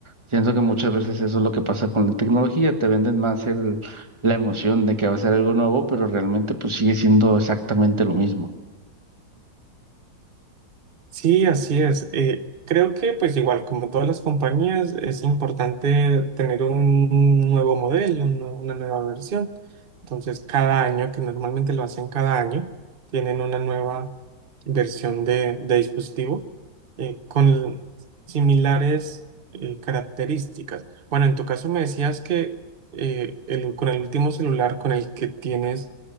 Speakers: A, on the right; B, on the right.
A: siento que muchas veces eso es lo que pasa con la tecnología, te venden más el, la emoción de que va a ser algo nuevo, pero realmente pues sigue siendo exactamente lo mismo.
B: Sí, así es. Eh, creo que pues igual como todas las compañías es importante tener un nuevo modelo, un nue- una nueva versión. Entonces cada año, que normalmente lo hacen cada año, tienen una nueva versión de, de dispositivo eh, con similares eh, características. Bueno, en tu caso me decías que eh, el- con el último celular con el que tienes